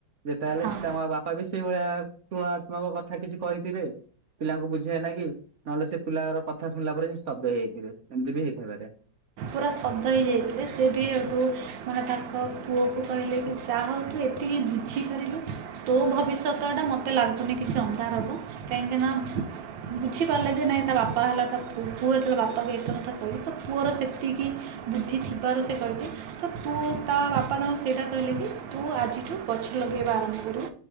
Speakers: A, on the right; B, on the right.
A: ଯେତେ ହେଲେ
B: ହଁ
A: ସ ତାଙ୍କ ବାପା ବି ସେଇଭଳିଆ ତୁଳନାତ୍ମକ କଥା କିଛି କହିଥିବେ। ପିଲାଙ୍କୁ ବୁଝିବା ନା କି ନହେଲେ ସେ ପିଲାର କଥା ଶୁଣିଲା ପରେ ସେ ସ୍ତବ୍ଧ ହେଇଯାଇଥିବେ ଏମିତି ବି ହେଇଥିଇପରେ।
B: ପୁରା ସ୍ତବ୍ଧ ହେଇଯାଇଥିଲେ ସେ ବି ହେଠୁ ମାନେ ତାଙ୍କ ପୁଅକୁ କହିଲେ କି ଚାହା ତୁ ଏତିକି ବୁଝିପାରିଲୁ ତୋ ଭବିଷ୍ୟତ ଟା ମତେ ଲାଗୁନି ଶବ୍ଦା ହବ କାହିଁକ ନା ବୁଝିପାରିଲେ ଯେ ନାଇଁ ତା ବାପା ହେଲା ତା ପୁଅ ଯେତେବେ ବାପାଙ୍କୁ ଏତ କଥା କହିଲି ତ ପୁଅର ସେ ଏତିକି ବୁଦ୍ଧି ଥିବାର ସେ କହିଛି ତ ତୁ ତା ବାପା ତା ସେଇଟା କହିଲେ କି ତୁ ଆଜି ଗଛ ଲଗେଇବା ଆରମ୍ଭ କରୁ